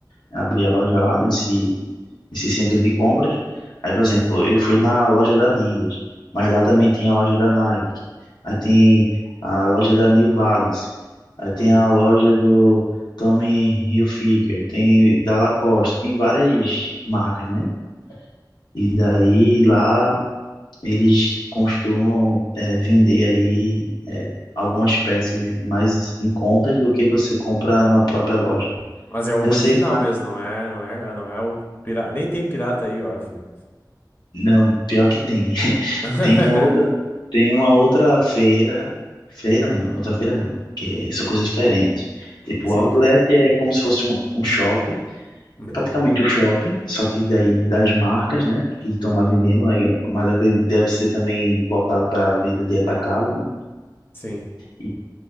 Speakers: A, on the left; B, on the left.
A: abrir a loja lá nesse, nesse centro de compras. Aí, por exemplo, eu fui na loja da Adidas, mas lá também tem a loja da Nike. Aí tem a loja da New Balance. Aí tem
B: Hum.
A: a loja do Tommy Hilfiger, tem da Lacoste, tem várias marcas, né? E daí lá eles costumam é, vender aí é, algumas peças mais em contas do que você compra na própria loja.
B: Mas é o
A: Eu
B: original
A: sei, mas
B: mesmo, não é, não é, não é o pirata. Nem tem pirata aí, eu acho.
A: não, pior que tem. <laughs>
B: <laughs>
A: Tem uma outra, tem uma outra feira, feira não, outra feira não, que é, são coisas diferentes. Tipo,
B: Sim.
A: o outlet é como se fosse um, um shopping,
B: Uhum.
A: é praticamente um shopping, só que daí das marcas, né, que estão lá vendendo, é, mas acredito que deve ser também voltado para a venda de atacado, né?
B: Sim.
A: E